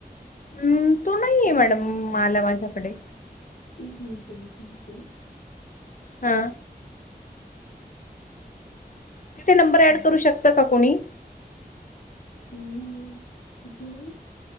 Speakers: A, on the left; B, on the left.
A: हम्म तो नाहीये मॅडम मला माझ्याकडे
B: एक मिनिटं मी सांगते असल
A: हा
B: तर
A: तिथे नंबर
B: दोन.
A: ऍड करू शकत का कोणी?
B: हम् तिथे नायी